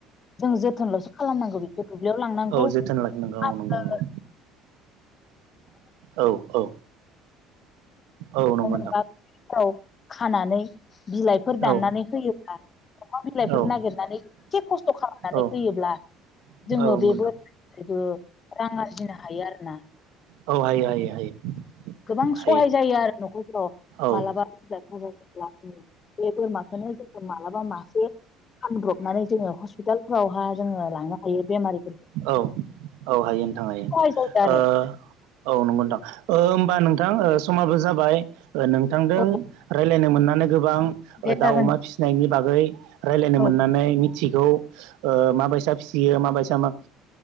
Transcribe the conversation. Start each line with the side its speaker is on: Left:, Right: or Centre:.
Left: जोंङो जोथोनलसो खालामनांगौ बेखौ दुब्लियाव लांनांगौ
Right: औ जोथोन लाखिनांगौ
Left: आरो
Right: औ नंगौ नंगौ औ औ औ नंगौ नोंथां
Left: <inaudible> फाव खानानै बिलाइफोर दाननानै
Right: औ
Left: होयोब्ला अमा बिलाइफोर
Right: औ
Left: नागिरनानै एसे खस्थ खालामनानै
Right: औ
Left: होयोब्ला
Right: औ
Left: जोङो
Right: नंगौ
Left: बे
Right: नोंथां
Left: बोरनिफ्रायबो रां आरजिनो हायो आरोना
Right: औ हायो हायो हायो।
Left: गोबां सहाय
Right: हायो
Left: जायो आरो नखरफ्राव
Right: औ
Left: मालाबा लोमजा जा जासा बे बोरमाखौनो जों मालाबा मासे फानब्रबनानै जोंङो हस्पिटालफोरावहा जोंङो लांनो हायो बेमारि
Right: औ औ हायो नोंथां
Left: सहाय जायो आरो
Right: ओ औ नंगौ नोंथां ओ होमबा नों थां ओ समाबो जाबाय ओ नोंथांजों
Left: औ
Right: रायलायनो मोननानै गोबां
Left: दे
Right: ओ
Left: जागोन
Right: दाउ, अमा फिसिनायनि बागै रायलायनो
Left: औ
Right: मोननानै मिथिगौ ओ माबायसा फिसियो माबायसा मा ओ